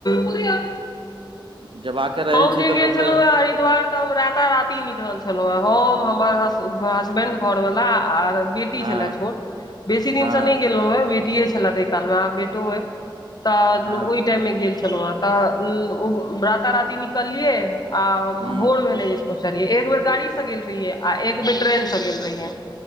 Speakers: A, on the left (about 50°); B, on the right (about 75°).
A: हम्म
B: जेबाके रहै
A: हम
B: छै
A: जे
B: तऽ
A: गेल
B: लोकके
A: छलहु है हरिद्वार तऽ हम राता-राति निकलल छलहुं है, हम हमर हसबैंड- घरवला आर बेटी
B: हँ
A: छले छोट बेसी दिन
B: हँ
A: से नहि गेलहु है, बेटीए छले तय कालमे आब बेटो अय तऽ
B: हँ
A: ओहिटाइममे गेल छलहुं है, तऽ राता-राती निकललियै आ
B: ह्म
A: भोर भेलेय <unintelligible> छलिए, एक बेर गाड़ी से गेल रहिये, आ एक बेर ट्रेन से गेल रहियैन,